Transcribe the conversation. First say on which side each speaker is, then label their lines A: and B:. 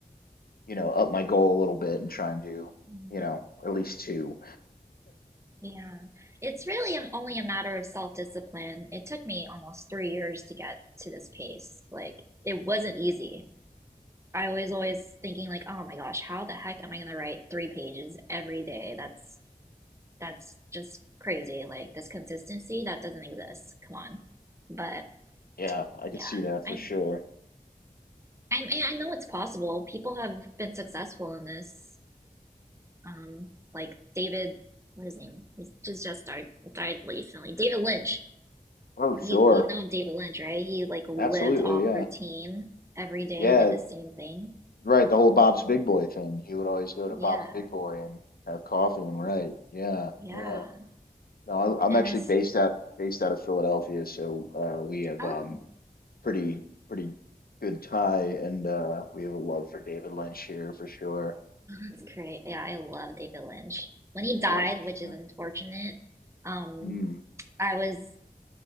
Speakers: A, on the left; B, on the right.
A: you know, up my goal a little bit and try and do,
B: Mm,
A: you know, at least two.
B: Yeah. It's really an- only a matter of self-discipline. It took me almost three years to get to this pace. Like, it wasn't easy. I was always thinking like, oh my gosh, how the heck am I gonna write three pages every day? That's that's just crazy. Like this consistency, that doesn't exist. Come on. But
A: Yeah, I
B: yeah,
A: could see that
B: I
A: for sure.
B: I I know it's possible. People have been successful in this. um, like David, what is his name? He's just just died died recently. David Lynch.
A: Oh, sure.
B: You you know David Lynch, right? He like lived
A: Absolutely,
B: off
A: yeah.
B: routine every day.
A: Yeah,
B: He did the same thing.
A: right, the whole Bob's Big Boy thing. He would always go to
B: Yeah,
A: Bob's Big Boy and have coffee and write. Yeah,
B: yeah.
A: yeah. No, I, I'm
B: And
A: actually
B: it's
A: based out based out of Philadelphia, so uh, we have
B: oh,
A: um pretty pretty good tie, and uh, we have a love for David Lynch here for sure.
B: that's great. Yeah, I love David Lynch. When he died,
A: Yeah, for sure.
B: which is unfortunate, um,
A: Mm,
B: I was